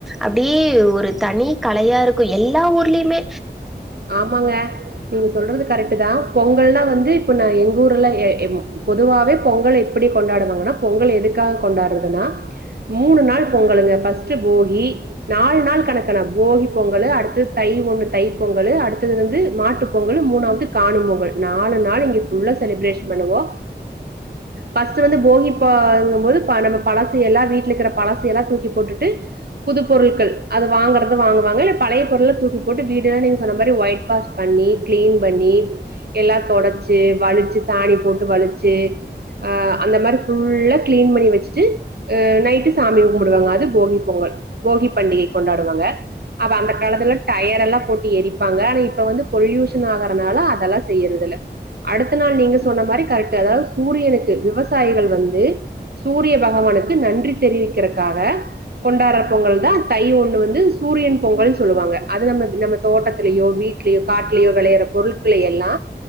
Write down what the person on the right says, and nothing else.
ஆமாங்க நீங்க சொல்றது கரெக்ட் தான் பொங்கல்ல்லா வந்து இப்ப நா எங்க ஊர்ல எ எப்போ பொதுவாவே பொங்கல் எப்படி கொண்டாடுவாங்கன்னா பொங்கல் எதுக்காக கொண்டாடுறதுன்னா மூணு நாள் பொங்கலுங்க ஃபஸ்ட்டு போகி நாலு நாள் கணக்கு ன போகி பொங்கல் அடுத்து தை ஒண்ணு தை பொங்கலு அடுத்தது வந்து மாட்டு பொங்கல் மூணாவது காணும் பொங்கல் நாலு நாள் இங்க ஃ புல்லா செலிப்ரேஷன் பண்ணுவோ பஸ்ட்டு வந்து போகிப்பங்கும்போது நம்ம பழசை எல்லா வீட்ல இருக்கிற பழசை எல்லா தூக்கி போட்டுட்டு புது பொருட்கள் அது வாங்குறத வாங்குவாங்க இல்ல பழைய பொருளை தூக்கி போட்டு வீட் இல்ல நீங்க சொன்ன மாதிரி ஒய்ட் வாஷ் பண்ணி கிளீன் பண்ணி எல்லா தொடைச்சு வலிச்சு சாணி போட்டு வலிச்சு ஆ அந்த மாதிரி ஃபுல்லா கிளீன் பண்ணி வச்சுட்டு அ நைட்டு சாமி க கும்பிடுவாங்க அது போகி பொங்கல் போகி பண்டிகை கொண்டாடுவாங்க அப்ப அந்த காலத்துல டயர் எல்லா போட்டு எரிப்பாங்க ஆனா இப்ப வந்து பொல்யூஷன் ஆகறனால அதெல்லா செய்யறதில்ல அடுத்த நாள் நீங்க சொன்ன மாதிரி கரெக்ட் அதாவது சூரியனுக்கு விவசாயிகள் வந்து சூரிய பகவானுக்கு நன்றி தெரிவிக்கிறக்காக கொண்டாடுற பொங்கல் தா தை ஒன்னு வந்து சூரியன் பொங்கல்னு சொல்லுவாங்க அது நம்ம நம்ம தோட்டத்திலியோ வீட்லியோ காட்டுலயோ வெளையாற பொருட்கள எல்லா